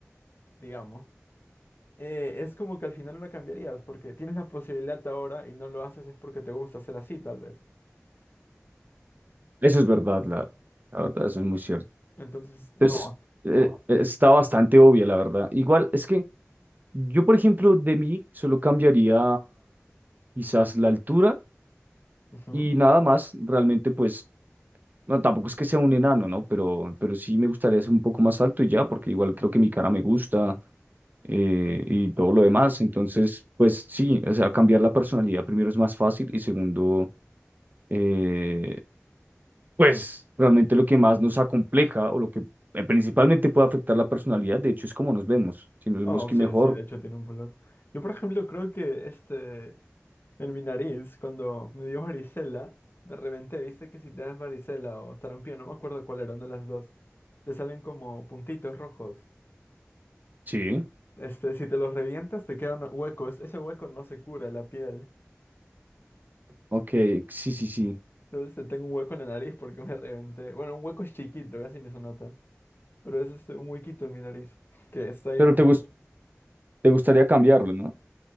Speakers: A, on the left; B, on the right.
A: digamos, eh, es como que al final no la cambiarías porque tienes la posibilidad ahora y no lo haces es porque te gusta ser así, tal vez.
B: eso es verdad, la, la verdad, eso es muy cierto.
A: Entonces,
B: Entonces,
A: no.
B: eh, eh, está bastante obvia, la verdad. Igual, es que yo, por ejemplo, de mí solo cambiaría quizás la altura
A: Ujú.
B: y nada más, realmente, pues, no, tampoco es que sea un enano, ¿no? Pero, pero sí me gustaría ser un poco más alto y ya, porque igual creo que mi cara me gusta. eh, y todo lo demás. Entonces, pues sí, o sea, cambiar la personalidad primero es más fácil y segundo, eh, pues realmente lo que más nos acompleja o lo que eh, principalmente puede afectar la personalidad, de hecho, es cómo nos vemos. Si nos vemos
A: Oh,
B: que
A: sí,
B: mejor,
A: sí, de hecho tiene un color. Yo, por ejemplo, creo que este, en mi nariz, cuando me dio varicela, me reventé. Viste que si te das varicela o sarampión, no me acuerdo cuál era, una de las dos, te salen como puntitos rojos.
B: sí,
A: Este, si te los revientas, te quedan huecos. Ese hueco no se cura la piel.
B: ok, sí, sí, sí.
A: Entonces eh, tengo un hueco en la nariz porque me reventé. Bueno, un hueco es chiquito, casi ni se nota. Pero es este, un huequito en mi nariz que está ahí
B: Pero
A: porque
B: te gus- te gustaría cambiarlo, ¿no?